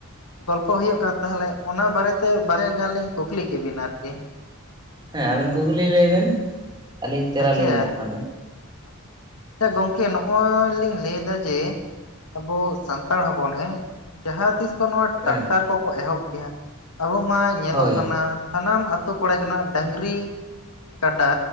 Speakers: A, on the left; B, on the right.
A: ᱜᱚᱞᱯᱚ ᱦᱩᱭᱩᱜ ᱠᱟᱱ ᱛᱟᱦᱚᱞᱮ ᱚᱱᱟ ᱵᱟᱨᱮᱛᱮ ᱵᱟᱨᱮ ᱜᱟᱱ ᱞᱤᱧ ᱠᱩᱠᱞᱤ ᱠᱮᱵᱮᱱᱟ ᱟᱨᱠᱤ
B: ᱦᱮᱸ ᱟᱵᱮᱱ ᱠᱩᱠᱞᱤ ᱞᱟᱹᱭ ᱵᱮᱱ ᱟᱹᱞᱤᱧ ᱛᱮᱞᱟ
A: ᱟᱪᱪᱷᱟ
B: ᱞᱤᱧ ᱮᱢᱚᱜ ᱠᱟᱱᱟ
A: ᱟᱪᱪᱷᱟ ᱟᱪᱪᱷᱟ ᱜᱚᱝᱠᱮ ᱱᱚᱜᱼᱚᱭ ᱞᱤᱧ ᱞᱟᱹᱭᱫᱟ ᱡᱮ ᱟᱵᱚ ᱥᱟᱱ ᱥᱟᱱᱛᱟᱲ ᱦᱚᱯᱚᱱ ᱦᱮᱸ ᱡᱟᱦᱟᱸ ᱛᱤᱥ ᱠᱚ ᱱᱚᱣᱟ
B: ᱦᱮᱸ
A: ᱴᱨᱮᱠᱴᱟᱨ ᱠᱚᱠᱚ ᱮᱦᱚᱵ ᱠᱮᱼᱟ ᱟᱵᱚ ᱢᱟ ᱧᱮᱞᱚᱜ
B: ᱦᱳᱭ
A: ᱠᱟᱱᱟ ᱥᱟᱱᱟᱢ ᱟᱛᱳ ᱠᱚᱲᱟ ᱜᱮᱱᱟᱜ ᱰᱟᱹᱝᱨᱤ, ᱠᱟᱰᱟ,